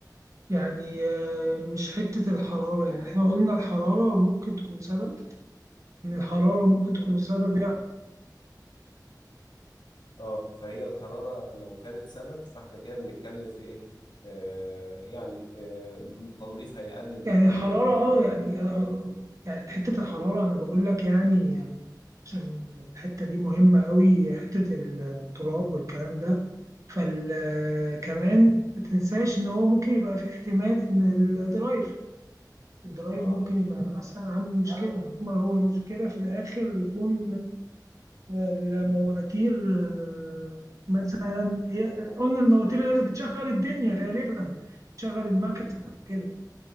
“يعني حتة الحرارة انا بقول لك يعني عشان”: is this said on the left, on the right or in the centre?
Right